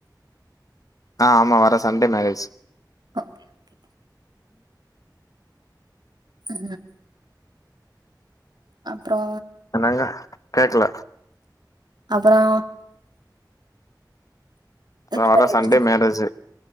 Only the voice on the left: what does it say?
அ ஆமா வர சண்டே மேரேஜ்
என்னங்க கேக்கல
ஆ வர
சண்டே மேரேஜு